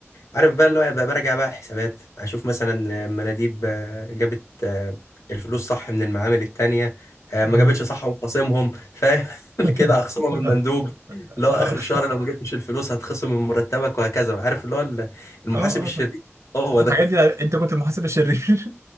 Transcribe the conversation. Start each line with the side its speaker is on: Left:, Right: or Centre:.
Left: عارف بقى اللي هو بقى براجع بقى الحسابات اشوف مثلا مناديب آه، جابت آه، الفلوس صح من المعامل التانية آه، ما
Right: اه
Left: جابتش صح وخصمهم فاهم
Right: <laughs>
Left: <laughs> كده اخصمها من المندوب اللي هو
Right: اه
Left: اخر الشهر لو ما جبتش الفلوس هتخصم من مرتبك وهكذا عارف اللي هو المحاسب
Right: اه
Left: الشرير
Right: آه.
Left: هو
Right: الحاجات
Left: ده
Right: دي انت كنت المحاسب الشرير